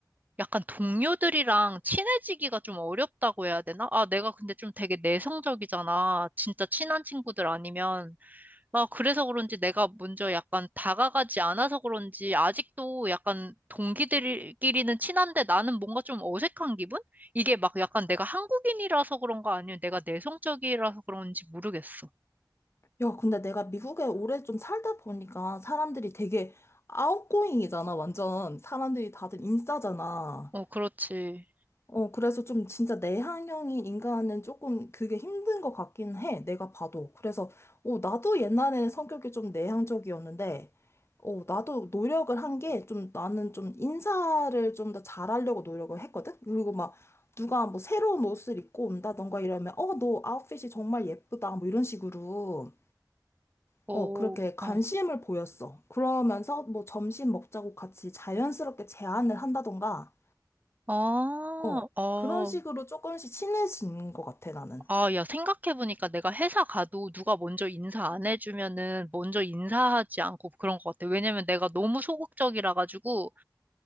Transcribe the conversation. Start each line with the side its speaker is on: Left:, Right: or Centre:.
Right: 약간 동료들이랑 친해지기가 좀 어렵다고 해야 되나? 아, 내가 근데 좀 되게 내성적이잖아. 진짜 친한 친구들 아니면. 아, 그래서 그런지 내가 먼저 약간 다가가지 않아서 그런지 아직도 약간 동기들끼리는 친한데 나는 뭔가 좀 어색한 기분? 이게 막 약간 내가 한국인이라서 그런가 아니면 내가 내성적이라서 그런지 모르겠어.
Left: 야, 근데 내가 미국에 오래 좀 살다 보니까 사람들이 되게 아웃고잉이잖아. 완전 사람들이 다들 인싸잖아.
Right: 어, 그렇지.
Left: 어, 그래서 좀 진짜 내향형인 인간은 조금 그게 힘든 것 같긴 해. 내가 봐도. 그래서, 어, 나도 옛날에는 성격이 좀 내향적이었는데, 어, 나도 노력을 한 게 좀 나는 좀 인사를 좀 더 잘하려고 노력을 했거든? 그리고 막 누가 뭐 새로운 옷을 입고 온다던가 이러면, 어, 너 아웃핏이 정말 예쁘다. 뭐 이런 식으로.
Right: 오,
Left: 어, 그렇게 관심을
Right: 어.
Left: 보였어. 그러면서 뭐 점심 먹자고 같이 자연스럽게 제안을 한다던가,
Right: 아,
Left: 어,
Right: 어,
Left: 그런 식으로 조금씩 친해진 것 같아, 나는.
Right: 아, 야, 생각해보니까 내가 회사 가도 누가 먼저 인사 안 해주면은 먼저 인사하지 않고 그런 것 같아. 왜냐면 내가 너무 소극적이라 가지고